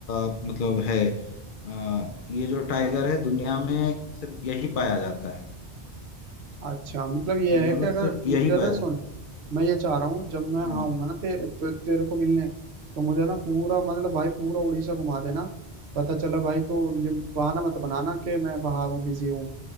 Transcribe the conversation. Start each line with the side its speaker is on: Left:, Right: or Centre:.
Left: अ, मतलब है अ, ये जो टाइगर है दुनिया में सिर्फ यही पाया जाता है
Right: अच्छा मतलब ये
Left: दुनिया
Right: है कि
Left: में
Right: अगर
Left: सिर्फ
Right: मुझे
Left: यही पाया
Right: ना सुन
Left: जाता
Right: मैं ये चाह रहा हूँ जब मैं
Left: है
Right: वहां
Left: हाँ
Right: आऊंगा ना ते, तो, तेरे को मिलने तो मुझे ना पूरा मतलब भाई पूरा उड़ीसा घुमा देना पता चला भाई तो ये बहाना मत बनाना कि मैं बाहर हूँ बिजी हूँ